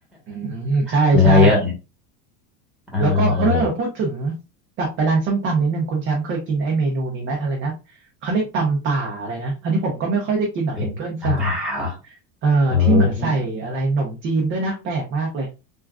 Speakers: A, on the right; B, in the centre.
A: อืมใช่ใช่
B: <laughs> เนื้อเยอะเอ
A: แล้วก็เออพูดถึง
B: อ
A: กลับไปร้านส้มตำนิดหนึ่งคุณแชมป์เคยกินไอ้เมนูนี้ไหมอะไรนะเขาเรียกตำป่าอะไรนะอันนี้ผมก็ไม่ค่อยได้กินหรอกเห็นเพื่อนสั่ง
B: เฮ้ยน้ำปลาเหรอ
A: เอ่อที่เหมือนใส่อะไรหนมจีนด้วยนะแปลกมากเลย
B: เออไม่